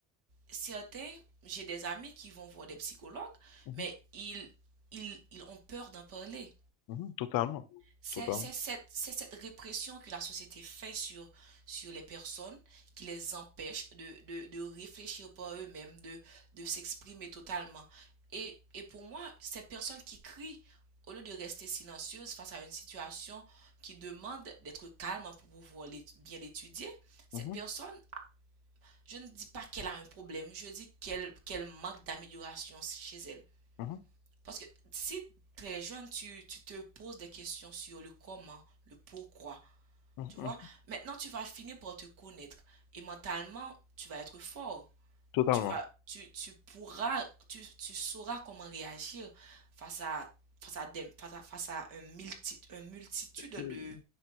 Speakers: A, on the right; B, on the left.
A: certains, j'ai des amis qui vont voir des psychologues,
B: mhm.
A: mais ils, ils, ils ont peur d'en parler.
B: Mhm, totalement,
A: C'est
B: totalement,
A: c'est cette, c'est cette répression que la société fait sur, sur les personnes qui les empêche de, de, de réfléchir par eux-mêmes, de, de s'exprimer totalement. Et, et pour moi, ces personnes qui crient, au lieu de rester silencieuses face à une situation qui demande d'être calme pour pouvoir bien l'étudier, cette
B: Mhm,
A: personne, je ne dis pas qu'elle a un problème, je dis qu'elle qu'elle manque d'amélioration chez elle.
B: mhm,
A: Parce que si très jeune, tu, tu te poses des questions sur le comment, le pourquoi,
B: mhm,
A: tu vois,
B: mhm,
A: maintenant tu vas finir par te connaître et mentalement, tu vas être fort.
B: totalement.
A: Tu vas, tu, tu pourras, tu, tu sauras comment réagir face à, face à, des- face à, face à un multi, une multitude de,
B: Euh,